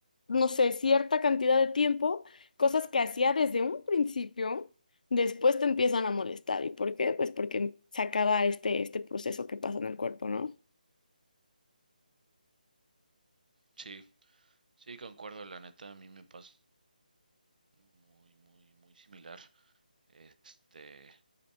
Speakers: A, on the left; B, on the right.
A: no sé, cierta cantidad de tiempo, cosas que hacía desde un principio. Después te empiezan a molestar. ¿Y por qué? Pues porque se acaba este, este proceso que pasa en el cuerpo, ¿no?
B: sí. Sí, concuerdo, la neta, a mí me pasa muy, muy, muy similar. Este,